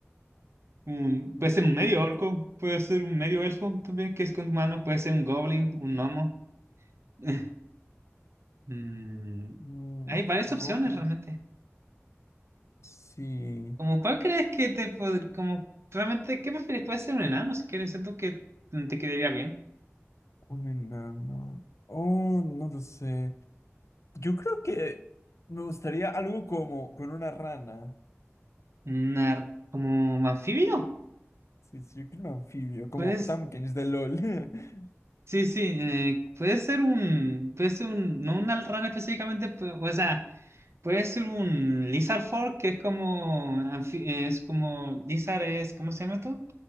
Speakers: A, on the right (about 60°); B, on the left (about 75°).
A: un, puede
B: Un
A: ser un medio
B: orco.
A: orco, puede ser un medio elfo también, que es con humanos, puede ser un goblin, un gnomo. <laughs> Mm,
B: Mm,
A: hay varias
B: no,
A: opciones
B: goblin.
A: realmente.
B: Sí.
A: Como, ¿cuál crees que te pod- como, realmente, qué prefieres? Puede ser un enano, si quieres, siento que te quedaría bien.
B: Un enano. Oh, no lo sé. Yo creo que me gustaría algo como con una rana.
A: Un ar- como anfibio.
B: Sí, sí, yo creo un anfibio, como
A: Pues
B: Tamkins de LOL. <laughs>
A: Sí, sí, eh, puede ser un, puede ser un, no un Alran específicamente, pe- o sea, puede ser un Lizard Folk, que es como, anfi- es como, Lizard es, ¿cómo se llama esto?